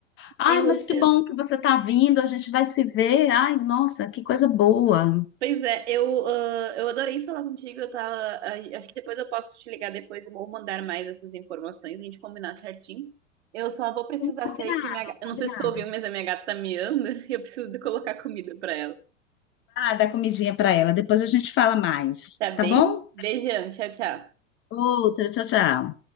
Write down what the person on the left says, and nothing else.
Ai,
mas
que bom que você está vindo, a gente vai se ver. Ai, nossa, que coisa boa.
Combinado,
combinado.
dar comidinha para ela. Depois a gente fala mais,
tá bom?
Outra, tchau, tchau.